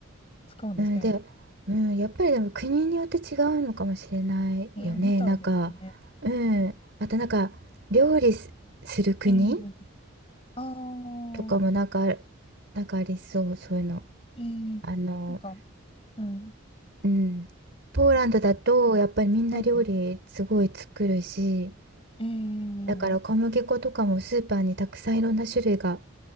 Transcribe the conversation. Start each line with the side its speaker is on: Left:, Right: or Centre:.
Left: 使うんですけどね。
Right: うんで、うん、やっぱりでも国によって違うのかもしれないよね。
Left: えー、みたいですね。
Right: なんか、うん、あとなんか料理す、する国
Left: えー、あ
Right: とかもなんか、
Left: あ、
Right: なんかありそう、そういうの。
Left: えー、
Right: あの、
Left: なんか、うん、
Right: うん、ポーランドだとやっぱりみんな料理すごい作るし、
Left: はい、えー、
Right: だから小麦粉とかもスーパーにたくさんいろんな種類が